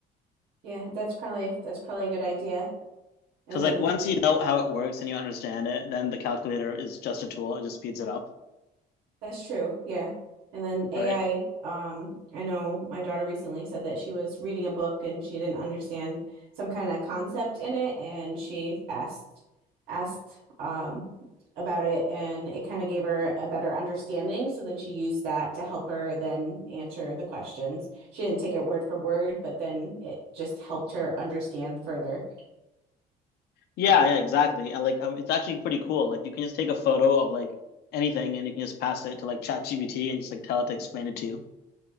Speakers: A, on the right; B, on the left.
A: Yeah, that's probably, that's probably a good idea. And
B: Because like
A: then
B: once you know how it works and you understand it, then the calculator is just a tool. It just speeds it up,
A: That's true. Yeah. And then AI,
B: right?
A: um, I know my daughter recently said that she was reading a book and she didn't understand some kind of concept in it and she asked asked um about it and it kind of gave her a better understanding. So then she used that to help her then answer the questions. She didn't take it word for word, but then it just helped her understand further.
B: Yeah, yeah, exactly. And like um, it's actually pretty cool. Like you can just take a photo of like anything and you can just pass it to like ChatGPT and just like tell it to explain it to you.